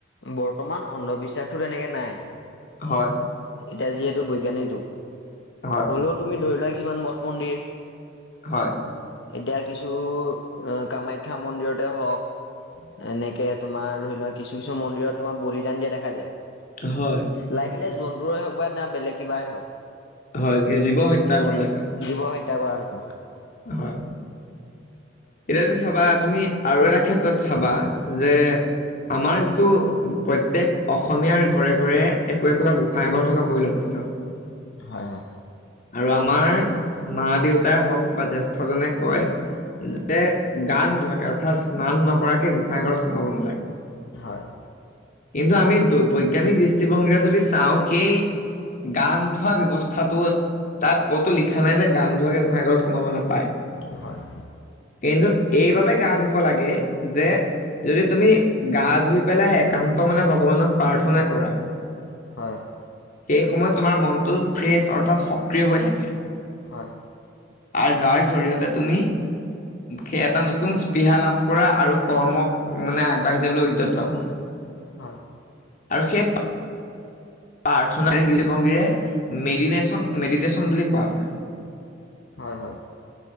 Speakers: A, on the left; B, on the left.
A: বৰ্তমান অন্ধবিশ্বাসতো তেনেকে নাই
B: হয়
A: এতিয়া যিহেতু বৈজ্ঞানিক যুগ
B: হয়
A: হলেও তুমি ধৰিলোৱা কিছুমান মঠ মন্দিৰ
B: হয়।
A: এতিয়া কিছু কামাখ্যা মন্দিৰতে হওক এনেকে তোমাৰ ধৰি লোৱা কিছু কিছু মন্দিৰত তোমাৰ বলিদান দিয়া দেখা যায় ।
B: হয়
A: লাগিলে জন্তুৰে হওক বা না বেলেগ কিবাৰেই হওক
B: হয় জীৱ হত্যা কৰা দেখা
A: জীৱ হত্যা কৰা হৈছে।
B: হয়। এতিয়া তুমি চাবা তুমি আৰু এটা ক্ষেত্ৰত চাবা যে আমাৰ যিটো প্ৰত্যেক অসমীয়াৰ ঘৰে ঘৰে একো একোটা গোঁসাই ঘৰ থকা পৰিলক্ষিত
A: হয় হয়।
B: আৰু আমাৰ মা দেউতাই হওঁক বা জ্যেষ্ঠজনে কয় গা নোধোৱাকে অৰ্থাৎ স্নান নকৰাকে গোঁসাই ঘৰত সোমাব নালাগে
A: হয়।
B: কিন্তু আমি বৈজ্ঞানিক দৃষ্টিভংগীৰে যদি চাওঁ সেই গা নুধোৱা ব্যৱস্থাটো তাত ক'তো লিখা নাই যে গান নুধোৱাকে গোসাঁই ঘৰত সোমাব নাপায় পায়,
A: হয়
B: কিন্তু এইবাবে গা ধুব লাগে যে যদি তুমি গা ধুই পেলাই এক একান্ত মনে ভগৱানক প্ৰাৰ্থনা কৰা
A: হয়।
B: সেই সময়ত তোমাৰ মনটো ফ্ৰেছ অৰ্থাৎ সক্ৰিয় হৈ থাকে।
A: হয়।
B: আৰু যাৰ জৰিয়তে তুমি সেই এটা নতুন স্পৃহা লাভ কৰা আৰু কৰ্মক মানে আগবাঢ়ি যাবলৈ উদ্যত হোৱা।
A: হয়।
B: আৰু সেই প্ৰাৰ্থনা দৃষ্টিভংগীৰে মেডিনেশ্যন মেডিটেশ্যন বুলি কোৱা হয়।
A: হয় হয়।